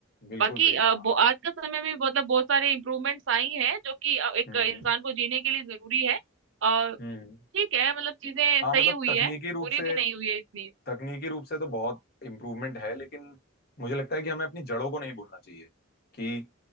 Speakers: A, on the left (about 50°); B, on the right (about 65°).
A: बिल्कुल
B: बाकी
A: सही
B: अ,
A: कहा
B: वो-
A: हाँ
B: आज का समय में मतलब बहुत सारे इम्प्रूवमेंट्स आई हैं जो कि अ, एक
A: हम्म
B: इंसान
A: हम्म
B: को जीने के लिए जरूरी है अ,
A: हम्म, हम्म।
B: ठीक है मतलब चीजें सही
A: हाँ मतलब
B: हुई
A: तकनीकी
B: है
A: रूप
B: बुरी
A: से
B: भी नहीं हुई है इतनी
A: तकनीकी रूप से तो बहुत इम्प्रूवमेंट है लेकिन मुझे लगता है कि हमें अपनी जड़ों को नहीं भूलना चाहिए कि